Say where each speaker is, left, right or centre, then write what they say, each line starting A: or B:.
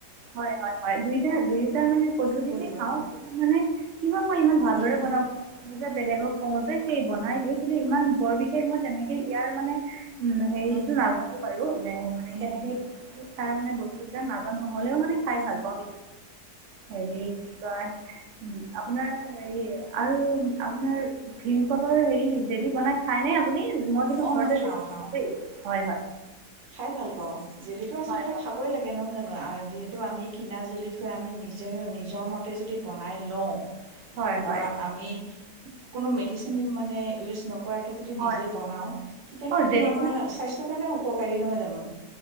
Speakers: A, on the right; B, on the right.
A: হয়, হয় হয়, জুইত এ দুয়োটা মানে পদ্ধতি
B: কৈ
A: যে
B: যোৱা
A: খাওঁ মানে কিবা মই ইমান ভালদৰে
B: উম
A: বনাব বেলেগক কওঁ যে সেই বনাই দিয়ে কিন্তু ইমান বৰ বিশেষ মই তেনেকে ইয়াৰ মানে উম হেৰিতটো
B: উম
A: নাজানো বাৰু মানে
B: উম
A: কেনেকে কি খাৰ মানে বস্তুবিলাক নাজানো। হ'লেও মানে খাই
B: উম
A: ভাল পাওঁছ হেৰি কি কয় উম আপোনাৰ এই আৰু আপোনাৰ ভীমকলৰ হেৰি জেলি বনাই খাই নে আপুনি? মই কিন্তু
B: অ
A: ঘৰতে
B: খাওঁ
A: য
B: খাওঁ
A: দেই হয় হয়।
B: খাই ভাল পাও জেলিতো আচলতে
A: হয়
B: খাবই লাগে নহয় জানো। যিহেতু আমি কিনা জুলিতকৈ আমি নিজে নিজৰ মতে যদি বনাই লওঁ
A: হয় হয়
B: বা
A: হয়
B: আমি কোনো মেডিচিন মানে ইচ নকৰাকে যদি
A: হয়
B: নিজে বনাও তেতিয়া
A: অঁ
B: সেইটো
A: জেলি
B: আমাৰ
A: বনাই
B: সা নহয় জানো।